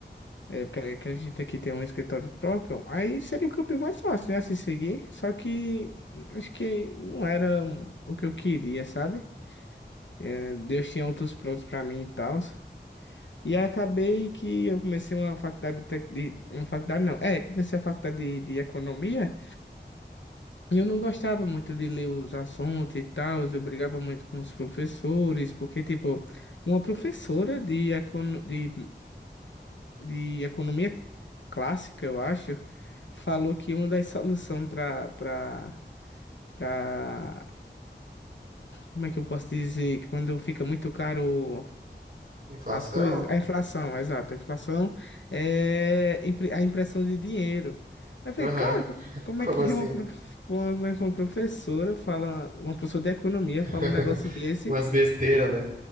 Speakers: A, on the left; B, on the right.
A: é, que que a gente aqui tem um escritório próprio, aí seria o caminho mais fácil, né, a se seguir. Só que acho que não era o que eu queria, sabe? É, Deus tinha outros planos para mim e tal. E aí acabei que eu comecei uma faculdade de, tec- de- uma faculdade não, é, comecei a faculdade de, de economia. Eu não gostava muito de ler os assuntos e tal, eu brigava muito com os professores, porque, tipo, uma professora de, econo- de, de economia clássica, eu acho, falou que uma das soluções para, para, para, como é que eu posso dizer, quando fica muito caro
B: Inflação?
A: As coisas, a inflação, exato. A inflação é impre- a impressão de dinheiro. Aí eu
B: Aham.
A: falei, cara, como como
B: Como
A: é que
B: assim?
A: uma, prof- como é que uma professora fala, uma professora de economia
B: <laughs>
A: fala um negócio desse?
B: Umas besteiras, né?